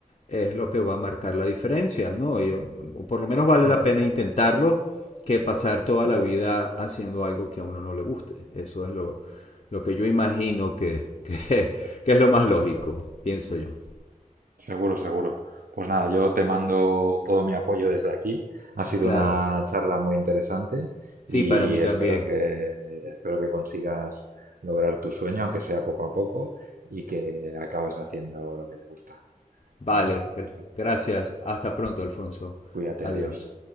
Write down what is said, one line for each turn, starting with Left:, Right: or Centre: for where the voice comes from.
Left: es lo que va a marcar la diferencia, ¿no? Yo, por lo menos vale
Right: Ujú,
Left: la pena intentarlo que pasar toda
Right: seguro.
Left: la vida haciendo algo que a uno no le guste. Eso es lo, lo que yo imagino que, <laughs> que, que, es lo más lógico, pienso yo.
Right: Seguro, seguro. Pues nada, yo te mando todo mi apoyo desde aquí. Ha sido
Left: Claro,
Right: una charla muy interesante
Left: sí,
Right: y
Left: para mí también.
Right: espero que, espero que consigas lograr tu sueño, aunque sea poco a poco, y que acabes haciendo lo que te gusta,
Left: Vale,
Right: ¿vale? Un saludo.
Left: gracias. Hasta pronto, Alfonso.
Right: Cuídate,
Left: Adiós.
Right: adiós.